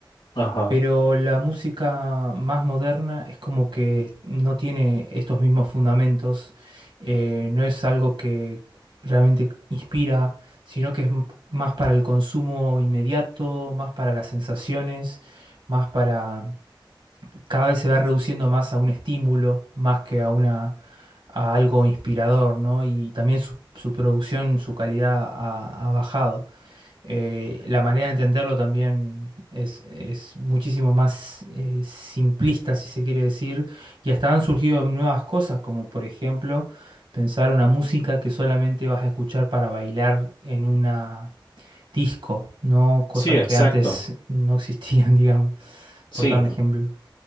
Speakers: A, on the left; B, on the right.
A: Ajá.
B: Pero la música más moderna es como que no tiene estos mismos fundamentos, eh, no es algo que realmente inspira, sino que es m- más para el consumo inmediato, más para las sensaciones, más para... Cada vez se va reduciendo más a un estímulo, más que a una, a algo inspirador, ¿no? Y también su, su producción, su calidad ha ha bajado eh, la manera de entenderlo también es, es muchísimo más eh, simplista, si se quiere decir, y hasta han surgido nuevas cosas, como por ejemplo pensar una música que solamente vas a escuchar para bailar en una disco, no cosas
A: Sí, exacto.
B: que antes no existían, <laughs> digamos, por
A: Sí,
B: dar un ejemplo.